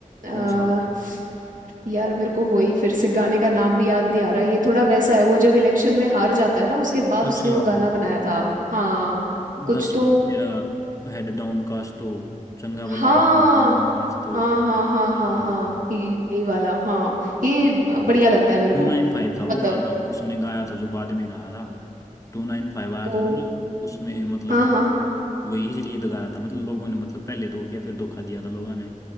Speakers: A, on the left; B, on the right.
A: कौन
B: आ,
A: सा
B: यार मेरे को वही फिर से गाने का नाम भी याद नहीं आ रहा ये थोड़ा वैसा है वो जब इलेक्शन में हार जाता है ना उसके बाद उसने
A: अच्छा
B: वो गाना बनाया था हाँ कुछ
A: दस
B: तो
A: फुट तेरा हेड डाउन काश तो चंगा भला
B: हाँ
A: हंसता नहीं, काश तो
B: हाँ हाँ हाँ हाँ
A: हाँ।
B: हाँ ये यही वाला हाँ ये बढ़िया लगता है मेरे
A: टू
B: को
A: नाइन फाइव था वो
B: मतलब
A: गाना उसने गाया था जो बाद में गाया था टू नाइन फाइव आया
B: ओ
A: था ना जो उसमें मतलब
B: हाँ हाँ
A: वही इसलिए तो गाया था मतलब लोगों ने मतलब पहले तो क्या फिर धोखा दिया था लोगों ने